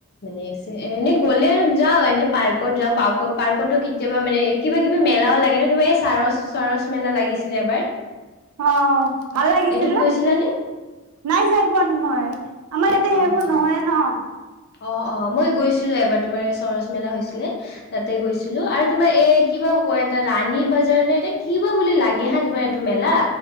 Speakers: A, on the left; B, on the right.
A: মানে এনে গ'লে আৰু যাওঁ এনে পাৰ্কত যাওঁ পাৰ্কত পাৰ্কতো কেতিয়াবা মানে কিবা কিবি মেলাও লাগে ন' তোমাৰ এই ছাৰচ চৰচ মেলা লাগিছিলে এবাৰ
B: অ ভাল লাগিছিল
A: এইটোত
B: নে
A: গৈছিলানে?
B: নাই যায় পোৱা নাই মই, আমাৰ ইয়াতে সেইবোৰ
A: অ
B: নহয়ে
A: অ
B: ন।
A: অ', অ', মই গৈছিলোঁ এবাৰ তোমাৰ ছৰচ মেলা হৈছিলে তাতে গৈছিলোঁ আৰু তোমাৰ এ কি কিবা কয় এটা ৰাণী বাজাৰ নে এতিয়া কিবা বুলি লাগে হা তোমাৰ এইটো মেলা